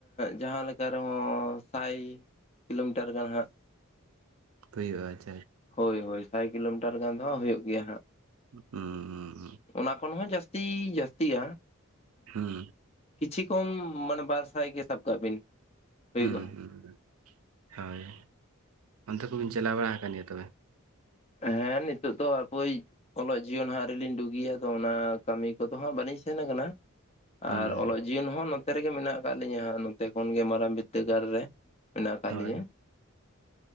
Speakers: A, on the left (about 30°); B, on the right (about 80°).
A: ᱡᱟᱦᱟᱸ ᱞᱮᱠᱟ ᱨᱮᱦᱚᱸ ᱥᱟᱭ ᱠᱤᱞᱳᱢᱤᱴᱟᱨ ᱜᱟᱱ ᱦᱟᱸᱜ᱾
B: ᱦᱩᱭᱩᱜᱼᱟ᱾ ᱟᱪ
A: ᱦᱳᱭ ᱦᱳᱭ ᱥᱟᱭ ᱠᱤᱞᱳᱢᱤᱴᱟᱨ ᱜᱟᱱ ᱫᱚ ᱦᱩᱭᱩᱜ ᱜᱮᱭᱟ ᱦᱟᱸᱜ᱾
B: ᱦᱩᱸ ᱦᱩᱸᱸ
A: ᱚᱱᱟ ᱠᱷᱚᱱ ᱦᱚᱸ ᱡᱟᱹᱥᱛᱤ ᱡᱟᱹᱥᱛᱤᱜᱼᱟ᱾
B: ᱦᱩᱸ
A: ᱠᱤᱪᱷᱤ ᱠᱚᱢ ᱢᱚᱱᱮ ᱵᱟᱨᱥᱟᱭ ᱜᱮ ᱥᱟᱵ ᱠᱟᱜ ᱵᱤᱱ᱾ ᱦᱩᱭᱩᱜᱼᱟ
B: ᱦᱩᱸ ᱦᱩᱸ ᱦᱩᱸ ᱦᱳᱭ ᱚᱱᱛᱮ ᱠᱚᱵᱤᱱ ᱪᱟᱞᱟᱣ ᱵᱟᱲᱟ ᱠᱟᱱ ᱜᱮᱭᱟ ᱛᱚᱵᱮ?
A: ᱦᱮᱸ ᱱᱤᱛᱳᱜ ᱫᱚ ᱦᱟᱯᱳᱭ ᱚᱞᱚᱜ ᱡᱤᱭᱚᱱ ᱦᱟᱸᱜ ᱟᱹᱨᱤ ᱞᱤᱧ ᱰᱩᱜᱤᱭᱟ ᱛᱚ ᱚᱱᱟ ᱠᱟᱹᱢᱤ ᱠᱚᱫᱚ ᱦᱟᱸᱜ ᱵᱟᱹᱞᱤᱧ ᱥᱮᱱ ᱠᱟᱱᱟ᱾
B: ᱦᱩᱸ
A: ᱟᱨ
B: ᱦᱩᱸ
A: ᱚᱞᱚᱜ ᱡᱤᱭᱚᱱ ᱦᱚᱸ ᱱᱚᱛᱮ ᱨᱮᱜᱮ ᱢᱮᱱᱟᱜ ᱠᱟᱜ ᱞᱤᱧᱟᱹ ᱦᱟᱸᱜ ᱱᱚᱛᱮ ᱠᱷᱚᱱ ᱜᱮ ᱢᱟᱨᱟᱝ ᱵᱤᱫᱽᱫᱟᱹᱜᱟᱲ ᱨᱮ᱾ ᱢᱮᱱᱟᱜ ᱠᱟᱜ
B: ᱦᱳᱭ
A: ᱞᱤᱧᱟ᱾